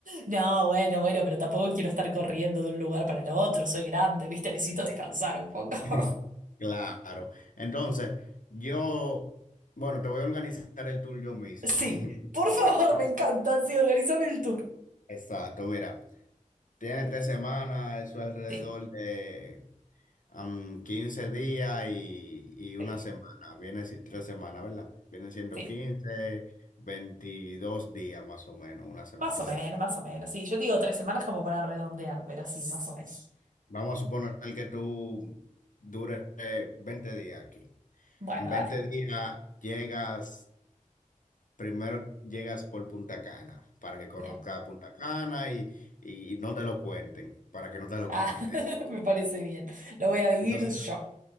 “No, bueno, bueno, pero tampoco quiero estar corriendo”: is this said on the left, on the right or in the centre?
Right